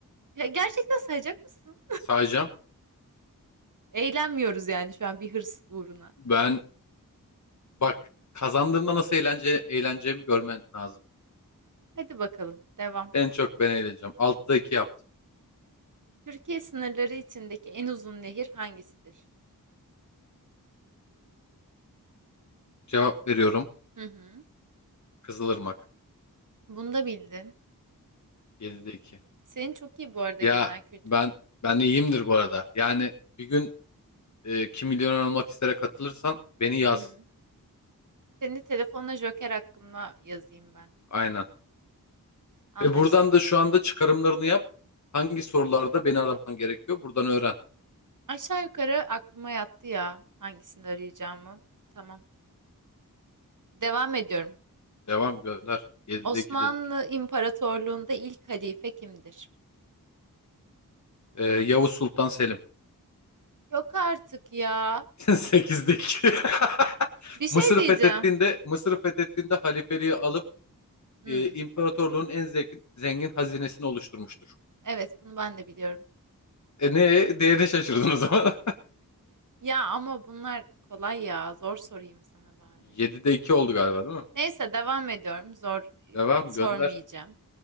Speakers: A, on the right; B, on the left.
A: Ya gerçekten sayacak mısın?
B: Sağacağım.
A: Eğlenmiyoruz yani şu an bir hırs uğruna.
B: Ben bak kazandığımda nasıl eğlence eğleneceğimi görmen lazım.
A: Hadi bakalım devam.
B: En çok ben eğleneceğim. Altıda 2 yaptım.
A: Türkiye sınırları içindeki en uzun nehir hangisidir?
B: Cevap veriyorum.
A: Hı hı.
B: Kızılırmak.
A: Bunu da bildin.
B: 7'de iki.
A: Senin çok iyi bu arada
B: Ya
A: genel kültürün.
B: ben ben iyiyimdir bu arada. Yani bir gün e, Kim Milyoner Olmak istere katılırsan beni yaz.
A: Hı hı. Seni telefonla Joker hakkında yazayım ben.
B: Aynen.
A: Anlaştık.
B: Ve buradan da şu anda çıkarımlarını yap. Hangi sorularda beni araman gerekiyor? Buradan öğren.
A: Aşağı yukarı aklıma yattı ya hangisini arayacağımı. Tamam. Devam ediyorum.
B: Devam gönder. 7'de
A: Osmanlı
B: 2 dedik.
A: İmparatorluğu'nda ilk halife kimdir?
B: E, Yavuz Sultan Selim.
A: Yok artık ya.
B: <laughs> Sekizdeki. <laughs>
A: Bir şey
B: Mısır'ı
A: diyeceğim.
B: fethettiğinde Mısır'ı fethettiğinde halifeliği alıp
A: Hmm,
B: e, imparatorluğun en zengin, zengin hazinesini oluşturmuştur.
A: evet bunu ben de biliyorum.
B: E ne değerine şaşırdın o zaman.
A: Ya ama bunlar kolay ya. Zor sorayım sana
B: <laughs>
A: bari.
B: 7'de 2 oldu galiba değil mi?
A: Neyse devam ediyorum. Zor e,
B: Devam
A: sormayacağım.
B: gönder.